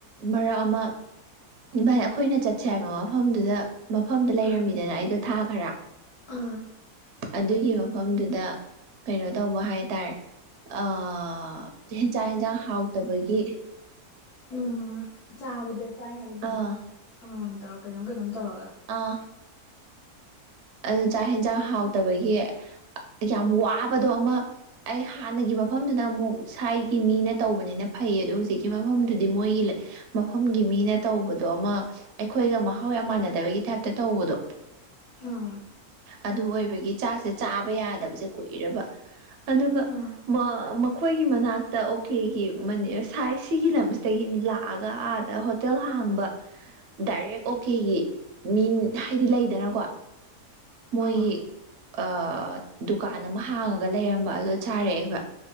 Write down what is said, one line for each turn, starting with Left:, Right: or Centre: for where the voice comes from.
Right: ꯃꯔꯛ ꯑꯃ ꯚꯥꯏ ꯑꯩꯈꯣꯏꯅ ꯆꯠꯁꯦ ꯍꯥꯏꯕ ꯃꯐꯝꯗꯨꯗ ꯃꯐꯝꯗ ꯂꯩꯔꯝꯃꯤꯗꯅ
Left: ꯑꯥ
Right: ꯑꯩꯗꯣ ꯊꯥ ꯈꯔ
Left: ꯑꯥ
Right: ꯑꯗꯨꯒꯤ ꯃꯐꯝꯗꯨꯗ ꯀꯩꯅꯣ ꯇꯧꯕ ꯍꯥꯏꯇꯥꯔꯦ ꯑ <unintelligible> ꯏꯟꯁꯥꯡ ꯍꯥꯎꯇꯕꯒꯤ
Left: ꯎꯝ ꯆꯥꯕꯗ ꯆꯥꯏ ꯍꯥꯏꯕꯗꯣ
Right: ꯑꯥ
Left: ꯑꯗꯨꯝ ꯑꯃꯝꯃꯝ ꯇꯧꯔ ꯀꯩꯅꯣꯝ ꯀꯩꯅꯣꯝ ꯇꯧꯔꯒ
Right: ꯑꯥ ꯑꯗꯨ ꯆꯥꯛ ꯍꯦꯟꯖꯥꯡ ꯍꯥꯎꯇꯕꯒꯤ ꯌꯥꯝ ꯋꯥꯕꯗꯣ ꯑꯃ ꯑꯩ ꯍꯥꯟꯅꯒꯤ ꯃꯐꯝꯗꯨꯗ ꯑꯃꯨꯛ ꯁ꯭ꯋꯥꯏꯒꯤ ꯃꯤꯅ ꯇꯧꯕꯅꯤꯅ ꯐꯩ ꯑꯗꯨ ꯍꯧꯖꯤꯛꯀꯤ ꯃꯐꯝꯗꯨꯗꯤ ꯃꯣꯏꯒꯤ ꯂꯩ ꯃꯐꯝꯒꯤ ꯃꯤꯅ ꯇꯧꯕꯗꯣ ꯑꯃ ꯑꯩꯈꯣꯏꯒ ꯃꯍꯥꯎ ꯌꯥꯝ ꯃꯥꯟꯅꯗꯕꯒꯤ ꯇꯥꯏꯞꯇ ꯇꯧꯕꯗꯣ
Left: ꯎꯝ
Right: ꯑꯗꯨ ꯑꯣꯏꯕꯒꯤ ꯆꯥꯛꯁꯦ ꯆꯥꯕ ꯌꯥꯗꯕꯁꯦ ꯀꯨꯏꯔꯕ ꯑꯗꯨꯒ
Left: ꯎꯝ
Right: ꯃ ꯃꯈꯣꯏꯒꯤ ꯃꯅꯥꯛꯇ ꯑꯣꯀꯦꯒꯤ ꯃꯅꯤꯔ ꯁꯥꯏ ꯁꯤꯒꯤ ꯂꯝꯁꯤꯗꯒꯤ ꯃꯤ ꯂꯥꯛ ꯑꯥꯒ ꯑꯥꯗ ꯍꯣꯇꯦꯜ ꯍꯥꯡꯕ ꯗꯥꯏꯔꯦꯛ ꯑꯣꯀꯦꯒꯤ ꯃꯤ ꯍꯥꯏꯗꯤ ꯂꯩꯗꯅꯀꯣ ꯃꯣꯏꯒꯤ
Left: ꯑ
Right: ꯑ ꯗꯨꯀꯥꯟ ꯑꯃ ꯍꯥꯡꯉꯒ ꯂꯩꯔꯝꯕ ꯑꯗꯣ ꯆꯥꯔꯛꯑꯦꯕ